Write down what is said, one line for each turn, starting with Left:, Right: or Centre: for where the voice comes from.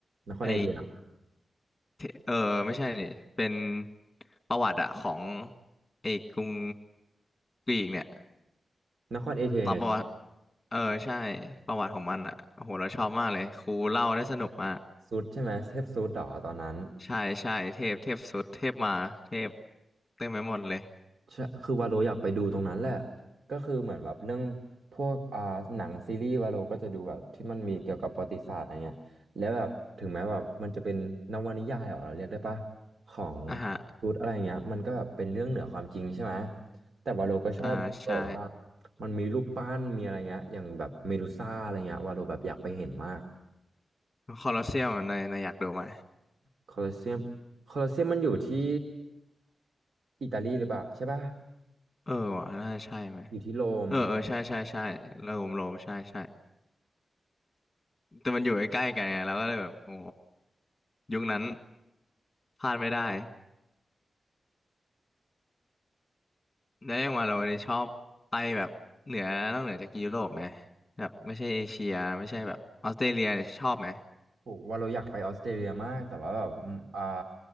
Right: นครเอเธนส์
Left: ไอเทเออไม่ใช่นี่เป็นประวัติอะของไอกรุงกรีกเนี่ย
Right: นครเอเธนส์เนี่ย
Left: ตอนประวัติเออใช่ประวัติของมันอะโอ้โหเราชอบมากเลยครูเล่าได้สนุกมาก
Right: สุดใช่ไหมเทพสุดหรอตอนนั้น
Left: ใช่ใช่เทพเทพสุดเทพมาเทพเต็มไปหมดเลย
Right: ใช่คือวาโลอยากไปดูตรงนั้นแหละก็คือเหมือนแบบเรื่องพวกอ่าหนังซีรีส์วาโลก็จะดูแบบที่มันมีเกี่ยวกับประวัติศาสตร์อะไรเงี้ยแล้วแบบถึงแม้แบบมันจะเป็นนวนิยายเหรอเราเรียกได้ปะของ
Left: อ่าฮะ
Right: รูทอะไรเงี้ยมันก็แบบเป็นเรื่องเหนือความจริงใช่ไหมแต่วาโลก็ชอบแบบว่า
Left: อ่าใช่
Right: มันมีรูปปั้นมีอะไรเงี้ยอย่างแบบเมดูซ่าอะไรเงี้ยวาโลแบบอยากไปเห็นมาก
Left: คอลอสเซียมในในายอยากดูไหม
Right: โคลอสเซียมโคลอสเซียมมันอยู่ที่อิตาลีหรือเปล่าใช่ปะ
Left: เออว่ะน่าใช่ไหม
Right: อยู่ที่โรม
Left: เออเออใช่ใช่ใช่โรมโรมใช่ใช่แต่มันอยู่ใกล้ๆกันไงเราก็เลยแบบโอ้ ยุคนั้นพลาดไม่ได้แล้วยังว่าเราเนี่ยชอบไปแบบเหนือนอกเหนือจากยุโรปไหมแบบไม่ใช่เอเชียไม่ใช่แบบออสเตรเลียเนี่ยชอบไหม
Right: โหว่าเราอยากไปออสเตรเลียมากแต่ว่าแบบอืมอ่า